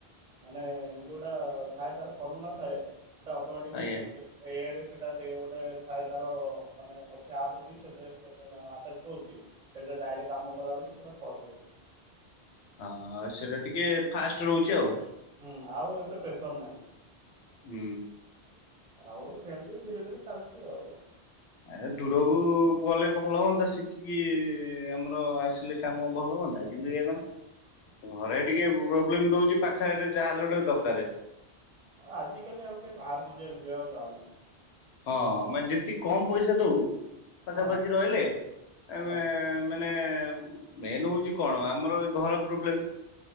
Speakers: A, on the right; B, on the left.
A: ମାନେ ଯୋଉଟା ଥାଏ ତାର ଫର୍ମୁଲା ଥାଏ ସେଟା ଅଟୋମେଟିକି
B: ଆଜ୍ଞା
A: ଏଆଇରେ ସେଟା ସେ ଗୋଟେ ଥାଏ ତାର ମାନେ ଅଛି ଆପ୍ ଅଛି ସେଥିରେ ଆଟାଚ୍ ରହୁଚି। ସେଟା ଡାଇରେକ୍ଟ କାମ କଲା ବେଳକୁ ପୁରା ସହଜ ରହୁଚି।
B: ହଁ, ସେଟା ଟିକେ ଫାଷ୍ଟ୍ ରହୁଚି ଆଉ।
A: ହୁଁ, ଆଉ ଏତେ ପ୍ରେସର ନାହିଁ।
B: ହୁଁ,
A: ଆଉ ସେମ୍ତି ଧୀରେ ଧୀରେ ଚାଲ୍ଚି ଆଉ।
B: ଆ ଦୂରକୁ ଗଲେ ଭଲ ହୁଅନ୍ତା ଶିଖିକି ଆମର ଆସିଲେ। କାମ ଭଲ ହୁଅନ୍ତା କିନ୍ତୁ ଏୟା କଣ ଘରେ ଟିକେ ପ୍ରୋବ୍ଲେମ୍ ଦଉଛି ପାଖାରେ ଯାହାହେଲେ ଗୋଟେ ଦକାରେ।
A: ଆଜି କାଲି ଆଉ କେହି ବାହାରକୁ ଯି ଯିବାକୁ ଚାହୁଁନାହାନ୍ତି।
B: ହଁ ମାନେ ଯେତିକି କମ ପଇସା ଦଉ ପାଖାପାଖି
A: ହଁ
B: ରହିଲେ ଆମେ
A: ବାସ୍
B: ମାନେ ମେନ୍ ହଉଚି କଣ ଆମର ଏ ଘର ପ୍ରୋବ୍ଲେମ୍।